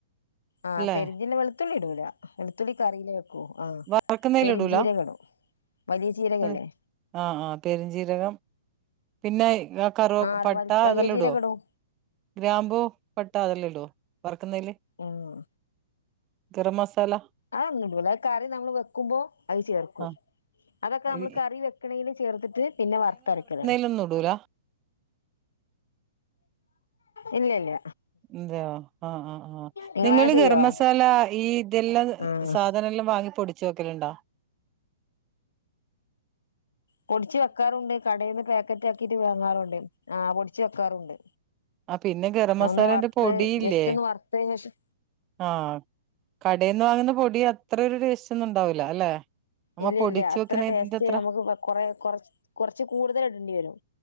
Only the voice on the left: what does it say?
ആഹ്
പെരി വെളുത്തുള്ളിടൂല വെളുത്തുള്ളി കറീലേ ഉം ആഹ്
പെരഞ്ചീരകം
ഇടും വലിയ ചീരകല്ലേ
ആഹ് വലിയ
ജീരകം
ഇടും
ആഹ്
അത്തോന്നു ഇടുല്ല അത് കറി നമ്മൾ വെക്കുമ്പോ അത് ചേർക്കും
അതൊക്കെ നമ്മൾ
കറി വെകു- കറില് ചേർത്തിട്ട് പിന്നെ വറുത്തരക്കലണ്
ഇല്ല ഇല്ല
നിങ്ങളങ്ങനെ
ചെയ്യോ
ആഹ്
പൊടിച്ചു വെക്കാറുണ്ട് കടയിന്ന് പാക്കറ്റാക്കിട്ട് വാങ്ങാറുണ്ട് ആഹ് പൊടിച്ച് വെക്കാറുണ്ട്
ഒന്ന് വറുത്ത്
ജസ്റ്റ് ഒന്ന് വറുത്തതിന് ശേഷം
ഇല്ല
ഇല്ല അത്ര
ടേസ്റ്റ്
നമുക്ക് കൊ കൊറേ കുറ കുറച്ച് കൂടുതൽ ഇടേണ്ടി വരും